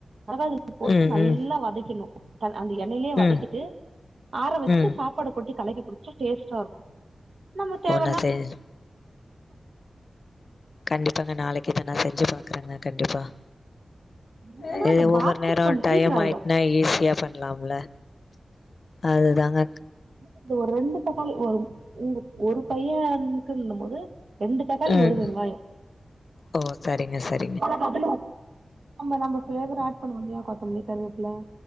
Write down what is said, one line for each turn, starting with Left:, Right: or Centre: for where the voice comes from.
Right: மொளகா இல் போட்டு
Left: ம்
Right: நல்லா
Left: ம்
Right: வதக்கிற்னு அந்த எண்ணெயயிலயே வதக்கிட்டு
Left: ம்
Right: ஆற வச்சு
Left: ம்
Right: சாப்ப பாட கொட்டி களக்கி குடிச்சா டேஸ்டா இருக்கு நம்ம தேவன்னா
Left: ஒன்ன செய்ய சொ கண்டிப்பாங்க நாளைக்கு இத நா செஞ்சு பாக்குறேங்க கண்டிப்பா
Right: என்னன்னா
Left: அ
Right: அந்த
Left: ஒவ்வொரு
Right: பாக்ஸுக்கு
Left: நேர
Right: கொஞ்சோ
Left: டையம்
Right: சீக்கிரோ ஆயிடு
Left: ஆயிட்னா ஈஸியா பண் லாம்ல அதுதாங்க
Right: இந்த ஒரு ரெண்டு தக்காளி ஒரு உங்க ஒரு பையன்க்குந்த போது ரெண்டு தக்காளி
Left: ம்
Right: ஒரு வெங்காய
Left: ஓ சரிங்க சரி
Right: நம்ப பக்கத்துல ஆமா நம்ப ஃபிளேவரா ஆட் பண்ணுவோ இல்லையா கொத்தமல்லி கருவேப்பில